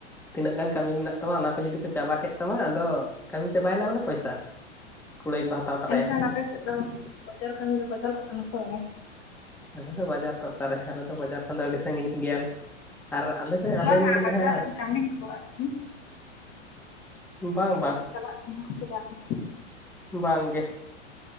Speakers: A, in the centre; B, on the left.
A: ᱛᱤᱱᱟᱹᱜ ᱜᱟᱱ ᱠᱟᱹᱢᱤ ᱢᱮᱱᱟᱜ ᱛᱟᱢᱟ ᱚᱱᱟ ᱠᱚ ᱡᱩᱫᱤ ᱠᱚ ᱪᱟᱵᱟ ᱠᱮᱫ ᱛᱟᱢᱟ ᱟᱫᱚ ᱠᱟᱹᱢᱤ ᱪᱟᱵᱟᱭᱮᱱᱟ ᱢᱟᱱᱮ ᱯᱚᱭᱥᱟ ᱠᱩᱲᱟᱹᱭ ᱠᱚ ᱦᱟᱛᱟᱣ ᱛᱚᱨᱟᱭᱟ
B: ᱮᱱᱠᱷᱟᱱ ᱟᱯᱮᱥᱮᱫ ᱫᱚ ᱵᱟᱡᱟᱨ ᱠᱟᱹᱢᱤ ᱫᱚᱠᱚ ᱪᱟᱞᱟᱜ ᱠᱟᱱᱟ ᱥᱮ ᱵᱟᱝ
A: ᱟᱞᱮ ᱫᱚ ᱵᱟᱡᱟᱨ ᱛᱚ ᱚᱠᱟᱨᱮ ᱟᱞᱮ ᱫᱚ ᱵᱟᱡᱟᱨ ᱠᱷᱟᱱ ᱫᱚ ᱟᱹᱰᱤ ᱥᱟᱺᱜᱤᱧ ᱜᱮᱭᱟᱞᱮ ᱟᱨ ᱟᱞᱮᱥᱮᱫ ᱟᱞᱮ
B: ᱵᱟᱝᱟ
A: ᱱᱚᱰᱮ
B: ᱵᱟᱡᱟᱨ
A: ᱡᱟᱦᱟᱸ
B: ᱨᱮᱱ ᱠᱟᱹᱢᱤᱱ ᱠᱚ ᱟᱨᱠᱤ᱾ <inaudible>
A: ᱵᱟᱝ, ᱵᱟᱝ᱾
B: ᱪᱟᱞᱟᱜ ᱠᱟᱱᱟ ᱯᱮᱥᱮ ᱵᱟᱝᱼᱟ?
A: ᱵᱟᱝ ᱜᱮ᱿